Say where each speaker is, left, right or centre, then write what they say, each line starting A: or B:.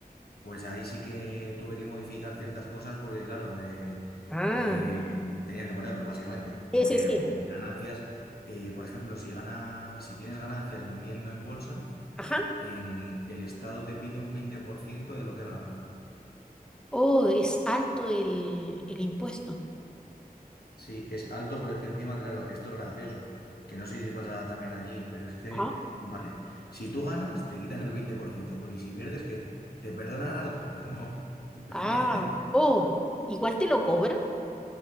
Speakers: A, on the left; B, in the centre.
A: pues ahí sí que tuve que modificar ciertas cosas porque, claro, eh,
B: Ah,
A: eh, tenía que ponerlo, básicamente,
B: sí,
A: porque
B: sí, sí.
A: bo- ganancias, eh, por ejemplo, si gana, si tienes ganancias vendiendo en bolsa,
B: Ajá.
A: eh, el Estado te pide un 20% de lo que has ganado.
B: Oh, es alto el, el impuesto.
A: Sí, es alto, pero es que encima, claro, esto es gracioso, que no sé si pasa también allí, pero es que,
B: Ajá.
A: vale, si tú ganas, te quitan el 20%. pero ¿y si pierdes qué? ¿Te perdonan algo? Pues no. <laughs>
B: Ah, oh, igual te lo cobran.